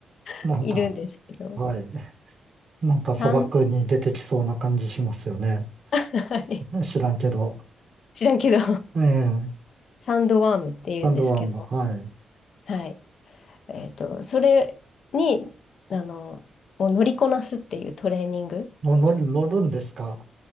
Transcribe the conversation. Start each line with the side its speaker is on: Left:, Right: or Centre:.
Left: <laughs>
Right: なんか、
Left: いるんですけど、
Right: はい。なんか砂漠に出てきそうな感じしますよね。
Left: サン、<laughs> はい
Right: ね知らんけど。
Left: 知らんけど、
Right: ええ、
Left: サンドワームって言うんですけど、
Right: サンドワーム、はい。
Left: はい。えーっと、それに、あの、を乗りこなすっていうトレーニング、
Right: の、乗る、乗るんですか